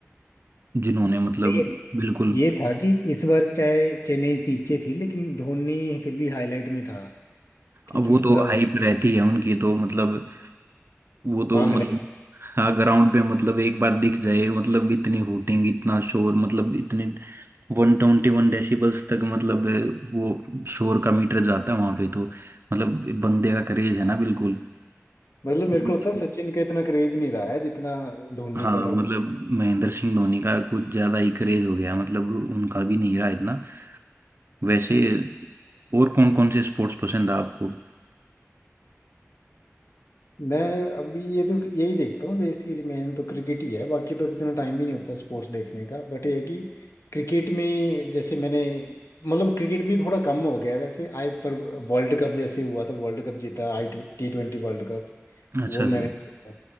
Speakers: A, on the right; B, on the left.
A: जिन्होंने मतलब
B: ये
A: बिल्कुल
B: ये था कि इस बार चाहे चेन्नई नीचे थी लेकिन धोनी फिर भी हाईलाइट में था कि
A: अब वो
B: किस
A: तो
B: तरह वो
A: हाइप रहती है उनकी तो मतलब वो तो
B: पागल
A: मतलब
B: है
A: हाँ ग्राउंड पे मतलब एक बार दिख जाए मतलब इतनी हूटिंग इतना शोर मतलब इतने वन ट्वेंटी वन डेसिबल्स तक मतलब वो शोर का मीटर जाता है वहां पे तो मतलब बंदे का क्रेज है ना बिल्कुल
B: मतलब मेरे
A: मतलब-
B: को लगता है सचिन का इतना क्रेज नहीं रहा है जितना धोनी
A: हाँ
B: का रहा होगा
A: मतलब महेंद्र सिंह धोनी का कुछ ज्यादा ही क्रेज हो गया मतलब उनका भी नहीं रहा इतना वैसे और कौन कौन से स्पोर्ट्स पसंद है आपको
B: मैं अभी ये तो यही देखता हूँ बेसिकली मैंने तो क्रिकेट ही है बाकी तो इतना टाइम ही नहीं होता स्पोर्ट्स देखने का बट ये है कि क्रिकेट में जैसे मैंने मतलब क्रिकेट भी थोड़ा कम हो गया है वैसे आई पर वर्ल्ड कप जैसे हुआ था वर्ल्ड कप जीता आई टी ट्वेंटी वर्ल्ड कप
A: अच्छा
B: तो वो
A: सर
B: मैंने देखा